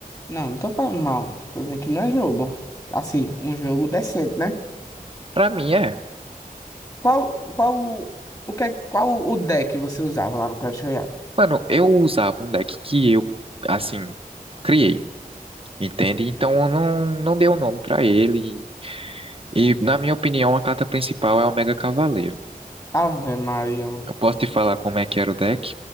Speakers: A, on the left; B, on the right.
A: Não, não tô falando mal. Tô dizendo que não é jogo. Assim, um jogo decente, né?
B: Pra mim, é.
A: Qual, qual, o o que, é- qual o deck você usava lá no Clash Royale?
B: Mano, eu usava um deck que eu, assim, criei, entende? Então eu não, não dei o nome pra ele. E, na minha opinião, a carta principal é o Mega Cavaleiro.
A: Ave Maria. mano.
B: Eu posso te falar como é que era o deck?